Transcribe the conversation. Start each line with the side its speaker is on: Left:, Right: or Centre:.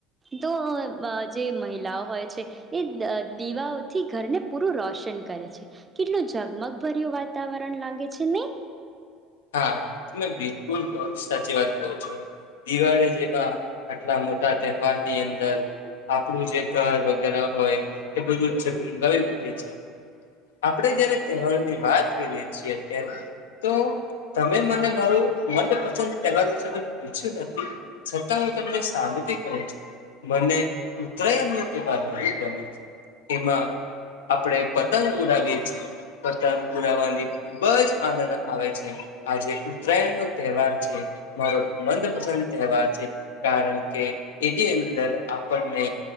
Right: તો અ બ જે મહિલા હોય છે એ દ અ દીવાઓથી ઘરને પૂરું રોશન કરે છે, કેટલું ઝગમગભર્યું વાતાવરણ લાગે છે નઈ?
Left: હા, તમે બિલકુલ અ સાચી વાત કો છો, દિવાળી જેવા આટલા મોટા તહેવારની અંદર આપણું જે ઘર વગેરા હોય એ બધું જગમગાવી ઉઠે છે, આપણે જયારે તહેવારની વાત કરીએ છીએ, ત્યારે તો તમે મને મારું મંદપસંદ તહેવાર વિશે તો પૂછ્યું જ નથી, છતાં ઉં તમને સામેથી કઉં છું, મને ઉતરાયણનો તહેવાર બઉ ગમે છે, એમાં આપણે પતંગ ઉડાવીએ છે, પતંગ ઉડાવવાની ખુબ જ આનંદ આવે છે. છે, આ જે ઉતરાયણનો તહેવાર છે, મારો મંદપસંદ તહેવાર છે, કારણકે એની અંદર આપણને